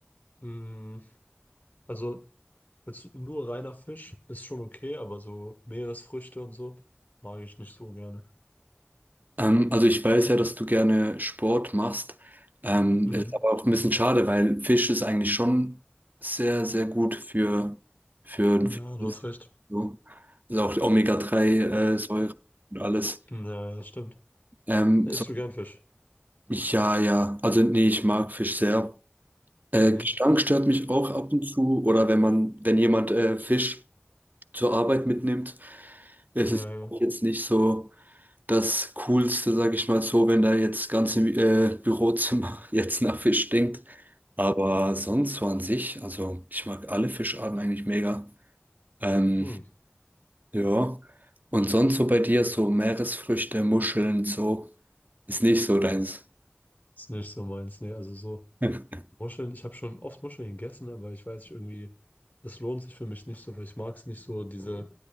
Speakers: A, on the left; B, on the right.
A: Mm, also jetzt nur reiner Fisch ist schon okay, aber so Meeresfrüchte und so mag ich nicht so gerne.
B: Ähm, also ich weiß ja, dass du gerne Sport machst. Ähm,
A: Mhm.
B: Mhm. ist aber auch ein bisschen schade, weil Fisch ist eigentlich schon sehr, sehr gut für, für ein
A: Ja,
B: Fitness.
A: du hast recht.
B: So. Also auch die Omega-3-Säure und alles.
A: Ja, ja, stimmt.
B: Ähm,
A: Isst
B: so,
A: du gern Fisch?
B: ja, ja. Also nee, ich mag Fisch sehr. Äh,
A: Mhm.
B: Gestank stört mich auch ab und zu. Oder wenn man, wenn jemand äh, Fisch zur Arbeit mitnimmt, es
A: Ja,
B: ist
A: ja.
B: auch jetzt nicht so. das Coolste, sage ich mal so, wenn da jetzt ganze äh, Bürozimmer <laughs> jetzt nach Fisch stinkt. Aber sonst so an sich, also ich mag alle Fischarten eigentlich mega. Ähm,
A: Hm.
B: ja. Und sonst so bei dir, so Meeresfrüchte, Muscheln, so, ist nicht so deins.
A: Ist nicht so meins, ne? Also so.
B: <laughs>
A: Muscheln, ich habe schon oft Muscheln gegessen, aber ich weiß nicht, irgendwie, das lohnt sich für mich nicht so, weil ich mag es nicht so, diese,